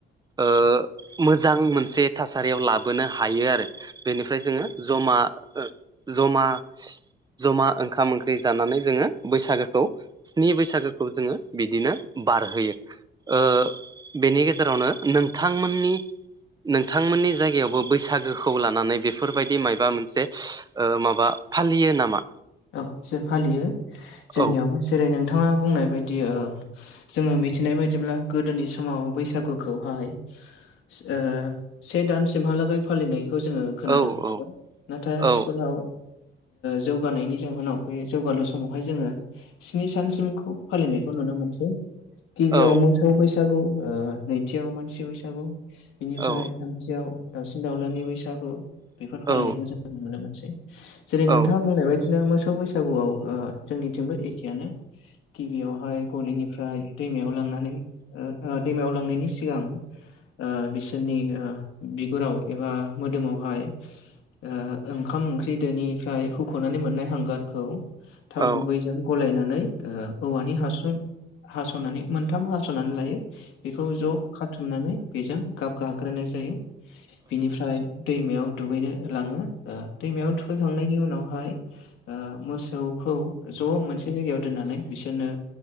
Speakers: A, on the right; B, on the left.
A: ओ मोजां मोनसे थासारियाव लाबो बोनो हायो आरो बेनिफ्राय जोङो जमा जमा जमा ओंखाम ओंख जानानै जोङो बैसागोखौ स्नि बैसागोखौ जोङो बिदिनो बारहोयो। ओ बेनि गेजेरावनो नोंथांमोननि नोंथांमोननि जायगायावबो बैसागोखौ लानानै बेफोरबायदि माइबा मोनसे ओ माबा फालियो नामा?
B: औ जे फालियो जोंनियावबो
A: औ
B: जेरै नोंथाङा बुंनाय बायदि ओ जोङो मिथिनाय बायदिब्ला गोदोनि समाव बैसागुखौहाय ओ से दान सिमहालागै फालिनाय खौ जोङो खोनानो
A: औ
B: मोनो
A: औ
B: नाथाय आथिखालाव
A: औ
B: जौ गानायनि जाहोनाव बे जौगालु समावहाय जोङो स्नि सानसिमखौ फालिनायखौ नुनो मोनसै। गिबियाव
A: औ
B: मोसौ बैसागु ओ नैथियाव मानसि बैसागु बिनिफ्राय
A: औ
B: थामथियाव दाउसिन दाउलानि बैसागु बेफोर फालिनायखौ
A: औ
B: जों नुनो मोनसै। जेरै
A: औ
B: नोंथाङा बुंनाय बायदि मोसौ बैसागुआव ओ जोंनिथिंबो एखेआनो। गिबियावहाय गलिनिफ्राय दैमायाव लांनानै ओ दैमायाव लांनायनि सिगां ओ बिसोरनि ओ बिगुराव एबा मोदोमावहाय ओ ओंखाम ओंख्रि दोनिफ्राय हुख'नानै मोन नाय हांगारखौ थाव
A: औ
B: गुबैजों गलायनानै ओ औवानि हासुं हास'नानै मोनथाम हास'नानै लायो बेखौ ज' खाथुमनानै बेजों गाब गाग्रोनाय जायो, बिनिफ्राय दैमायाव दुगैनो लाङो, ओ दैमायाव थुखैखांनायनि उनावहाय ओ मोसौखौ ज' मोनसे जायगायाव दोननानै बिसोरनो